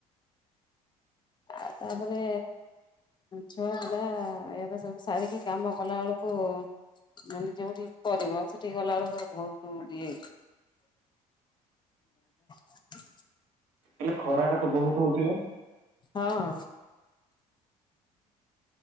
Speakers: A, on the left; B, on the right.
A: ଆଉ ତାପରେ ଛୁଆ ପିଲା ଇଆଡ଼େ ସବୁ ସାରିକି କାମ କଲା ବଳକୁ <unintelligible> ଯଉଠିକି କରିବ ସେଠିକି ଗଲା ବେଳକୁ ବହୁତୁ ଇଏ। <unintelligible>
B: ହେଲେ ଖରା ଟା ତ ବହୁତ୍ ହଉଥିବ?
A: ହଁ।